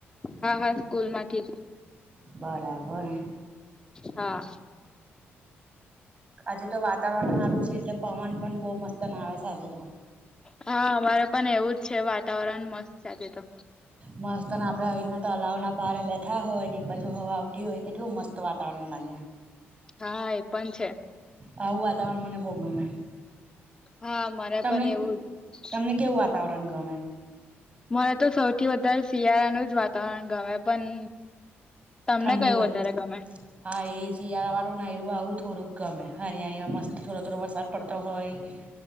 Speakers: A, on the left; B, on the right.
A: હા હા સ્કુલમાંથી જ
B: બરાબર
A: હા
B: આજે તો વાતાવરણ હારું છે એટલે પવન પણ બહુ મસ્તનો આવે છે આજે તો
A: હા અમારે પણ એવું જ છે. વાતાવરણ મસ્ત છે. આજે તો
B: મસ્તના આપડે આવીના તલાવના પાળે બેઠા હોય ને એક બાજુ હવા આવતી હોય કેટલું મસ્ત વાતાવરણ લાગે.
A: હા એ પણ છે
B: આવું વાતાવરણ મને બોવ ગમે.
A: હા મારે
B: તમને
A: પણ એવું જ,
B: તમને કેવું વાતાવરણ ગમે?
A: મને તો સૌથી વધારે શિયાળાનું જ વાતાવરણ ગમે પણ, તમને
B: ઠંડી
A: કયું
B: વધ
A: વધારે ગમે?
B: હા એ શિયાળા વાળુંને આવું થોડુંક ગમે અયા મસ્ત થોડો થોડો વરસાદ પડતો હોય.